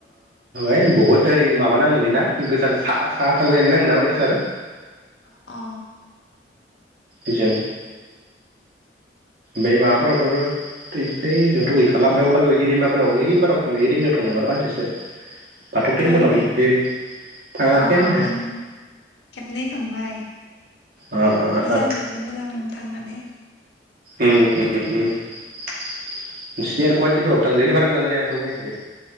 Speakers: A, on the right; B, on the left.
A: अ बहुद ओरै माबा नाङोलै ना गोजान साहा साहा थांबायालै नांङो ना अयदासार
B: अ अ।
A: इजों बे माबाफोरावथ' ओयजों जोंथ' गैखाला ओमफ्राय अदालगुरि हिरिमबारफ्राव हिरिबाराव थां हिरिम्बाराव थांनागो र' खानसेसो। बाथौ टेम्पोलावलै
B: थाङाखै
A: बे थाङाखै
B: अ
A: आङो।
B: अ आं खेबनै थांबाय
A: अ अ
B: मोजां
A: अ
B: जोबोद मोजां नांङो। थांनानै।
A: उम उम उम नोंसिनि आरो गुवाहाटिफोराव थांजायोलै बारा गोजान जाया रंगियानिफ्राय